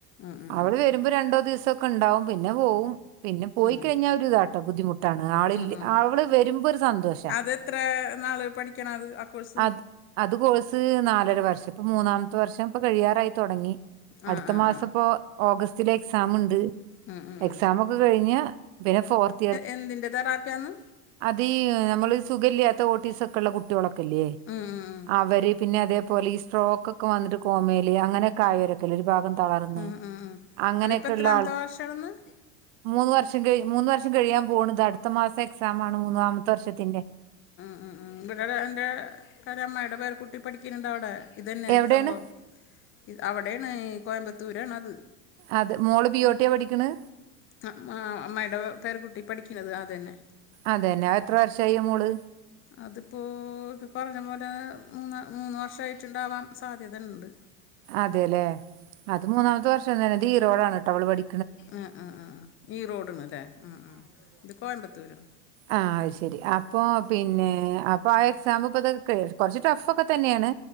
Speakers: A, on the left (about 30°); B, on the right (about 55°).
A: ഉം ഉം
B: അവള്
A: ഉം
B: വരുമ്പോ രണ്ടോ ദിവസോക്കെണ്ടാവും പിന്നെ പോവും പിന്നെ പോയിക്കഴിഞ്ഞാ
A: ഉം
B: ഒരു ഇതാണ് ദ്ധിമുട്ടാണ് ആള്ല്ലെ
A: ആഹ് ആഹ് ആഹ്
B: അവള് വരുമ്പോ ഒരു സന്തോഷാ
A: അതെത്ര നാള് പഠിക്കണം അത് ആ കോഴ്സ്
B: അത് അത് കോഴ്സ് നാലര വർഷം ഇപ്പൊ മൂന്നാമത്തെ വർഷം ഇപ്പൊ കഴിയാറായി തുടങ്ങി
A: ആഹ്
B: അടുത്ത
A: ആഹ്
B: മാസം
A: ആഹ്
B: ഇപ്പൊ ഓഗസ്റ്റിലെ എക്സാംണ്ട്
A: ഉം ഉം
B: എക്സാമൊക്കെ കഴിഞ്ഞാ പിന്നെ ഫോർത്ത്
A: എന്തിൻ്റെ തെറാപ്പിയാന്ന്
B: അതീ നമ്മള് സുഖല്ല്യാത്ത ഓട്ടീസക്കെള്ള കുട്ടികളൊക്കെ <unintelligible>
A: ഉം ഉം ഉം
B: അവര് പിന്നെ അതേപോലെ ഈ സ്ട്രോക്കൊക്കെ വന്നിട്ട് കോമയില് അങ്ങനെ കായരൊക്കെല്ലേ ഒരു ഭാഗം തളർന്ന്
A: ഉം ഉം ഉം
B: അങ്ങനെയൊക്കെയ്ള്ള
A: അതിപ്പോ എത്രാമത്തെ
B: ആൾ
A: വർഷാണെന്ന്
B: മൂന്ന് വർഷം കഴിഞ്ഞ് മൂന്ന് വർഷം കഴിയാൻ പോണ് ഇത് അടുത്ത മാസം എക്സാമാണ് മൂന്നാമത്തെ വർഷത്തിന്റെ
A: അഹ് ആഹ് ഇവിടടെ എൻ്റെ കരമ്മായുടെ പേര് കുട്ടി പഠിക്ണ്ണ്ട് അവിടെ ഇതന്നെ
B: എവിടെയാണ്
A: സംഭവം അവിടെയാണ് ഈ കോയമ്പത്തൂരാണ് അത്
B: അതേ മോള് ബിയോട്ടിയാ പഠിക്ണ്
A: അഹ് മാ അമ്മായീടെ പേരകുട്ടി പഠിക്കുന്നത് അ തന്നെ
B: അതെന്നെ അത് എത്ര വർഷായി അ മോള്
A: അതിപ്പോ പ്പോ പറഞ്ഞ പോലെ മൂന്ന് മൂന്ന് വർഷമായിട്ടുണ്ടാവാൻ സാധ്യതണ്ട്
B: അതേല്ലെ അത് മൂന്നാമത്തെ വർഷം തന്നെ അതീറോടാണ് ട്ടോ അവള് പഠി
A: ആഹ് ആഹ് ആഹ് ഈ റോഡ്ണ് ല്ലേ അഹ് അഹ് ഇത് കോയമ്പത്തൂര്
B: ആഹ് അഹ് ശരി അപ്പൊ പിന്നെ അപ്പൊ ആ എക്സാം ഇപ്പത് കുറച്ച് ടഫൊക്കെ തന്നേണ്